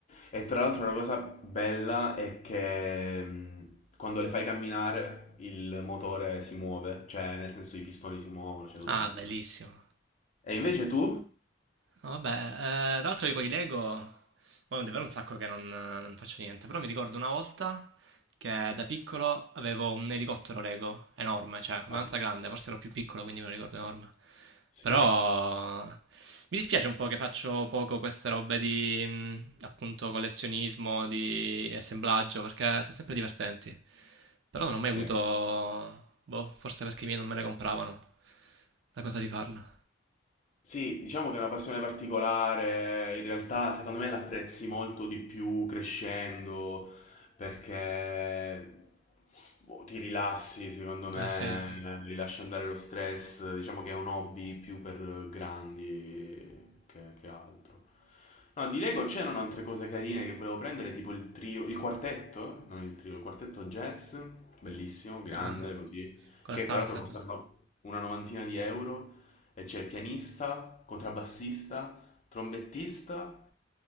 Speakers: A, on the left; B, on the right.
A: e tra l'altro una cosa bella è che mh, quando le fai camminare il motore si muove, cioè nel senso i pistoni si muovono, c'è tutta
B: Ah,
A: una cosa
B: bellissimo.
A: figa. E invece tu?
B: No, Vabbè, eh, tra l'altro io con i Lego, poi è davvero un sacco che non, non faccio niente, però mi ricordo una volta che da piccolo avevo un elicottero Lego enorme, cioè abbastanza
A: Guarda.
B: grande, forse ero più piccolo quindi me lo ricordo enorme.
A: Sì.
B: Però mi dispiace un po' che faccio poco queste robe di mh, appunto collezionismo, di assemblaggio, perché sono sempre divertenti. Però non ho mai
A: Sì.
B: avuto, boh, forse perché i miei non me le compravano, la cosa di farla.
A: Sì, diciamo che è una passione particolare, in realtà secondo me l'apprezzi molto di più crescendo perché boh, ti rilassi, secondo me,
B: Ah sì, sì.
A: rilasci andare lo stress, diciamo che è un hobby più per grandi che, che altro. No, di Lego c'erano altre cose carine che volevo prendere, tipo il trio, il quartetto, non il trio, il quartetto jazz, bellissimo, grande
B: Ah.
A: così,
B: Con
A: che
B: la stanza
A: tra l'altro costano
B: e tutto.
A: una novantina di euro. E c'è pianista, contrabbassista, trombettista